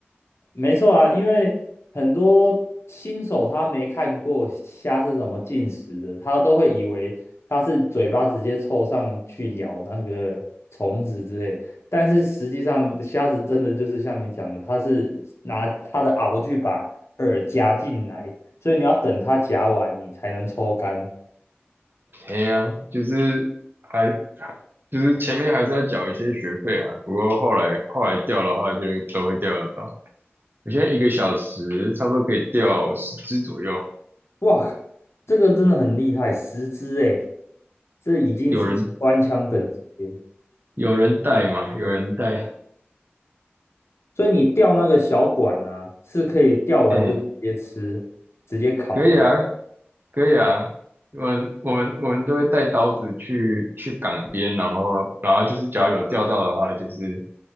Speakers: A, on the left; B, on the right.
A: 没错啊，因为很多新手他没看过虾是怎么进食的，他都会以为它是嘴巴直接凑上去咬那个虫子之类，但是实际上虾子真的就是像你讲的，它是拿它的螯去把饵夹进来，所以你要等它夹完你才能抽干。
B: 哎呀，就是还就是前面还是要缴一些学费啊，不过后来后来掉的话就都会掉得到。我现在一个小时差不多可以掉十只左右，
A: 哇，这个真的很厉害，十只诶，这已经是机关枪等级了。
B: 有人有人带嘛？有人带？
A: 所以你钓那个小管呢、啊，是可以钓完就直接吃，
B: 哎，
A: 直接烤这样。
B: 可以啊，可以啊。我们我们我们都会带刀子去去港边，然后然后就是只要有钓到的话，就是